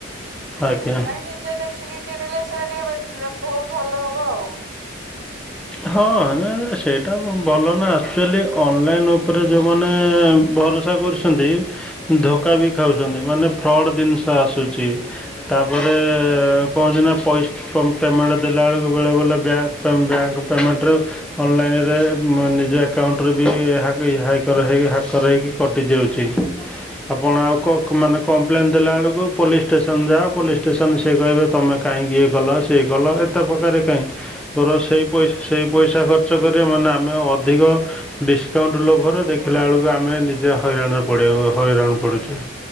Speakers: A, in the centre; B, on the right.
A: ଆଜ୍ଞା
B: ସେଥିପାଇଁ ନିଜେ ଦେଖିକି କିଣିଲେ ସେଟା ଟିକେ ବେଟର ଭଲ ହବ ଆଉ।
A: ହଁ। ନା ନା ସେଇଟା ଭଲ ନା। ଆକ୍ଚୁଆଲି ଅନଲାଇନ୍ ଉପରେ ଯେଉମାନେ ଭର ସା କରୁଛନ୍ତି ଧୋକା ବି ଖାଉଛନ୍ତି ମାନେ ଫ୍ରଡ଼୍ ଜିନିଷ ଆସୁଛି। ତାପରେ
B: ଆଜ୍ଞା
A: ପହଞ୍ଚିନା ପଇ ପେ-ପେମେଣ୍ଟ ଦେଲାବେେଳକୁ ବେଳେବେେଳେ ବ୍ୟାଙ୍କ ବ୍ୟାଙ୍କ ପେମେଣ୍ଟରେ ଅନଲାଇନରେ ମୋ ନିଜ ଆକାଉଣ୍ଟରେ ବି ହାବି ହାଇକ୍ କରାହେଇ ହାକ୍ କରରେଇକି କଟିଯାଉଚି। ଆପଣ ଆଉ କ-ମାନେ କମ୍ପ୍ଲେନ୍ ଦେଲା ବେଳକୁ ପୋଲିସ ଷ୍ଟେସନ ଯାଅ ପୋଲିସ ଷ୍ଟେସନ ସେ କହିଲେ ତମେ କାହିଁକି ଇଏ କଲ ସିଏ କଲ ଏତେ ପ୍ରକାରେ କାହିଁକି ମୋର ସେଇ ପଇ ସେଇ ପଇସା ଖର୍ଚ୍ଚ କରିବ ମାନେ ଆମେ ଅଧିକ ଡିସ୍କାଉଣ୍ଟ ଲୋଭରେ ଦେଖିଲାବେଳକୁ ଆମେ ନିଜେ ହଇରାଣରେ ପଡ଼ିବାକୁ ହଇରାଣ ପଡ଼ୁଚୁ।